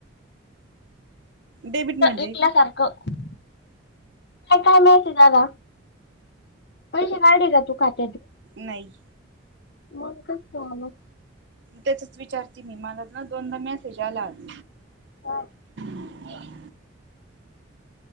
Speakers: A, on the right; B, on the left.
A: डेबीट म्हंजे
B: एकल्यासारखं काय काय मिळत दादा पै काडी का तू खात
A: नाही.
B: वेलकम स्वागत
A: त्याचच विचारते मी मला ना दोनदा मेसेज आला आज
B: ह
A: ह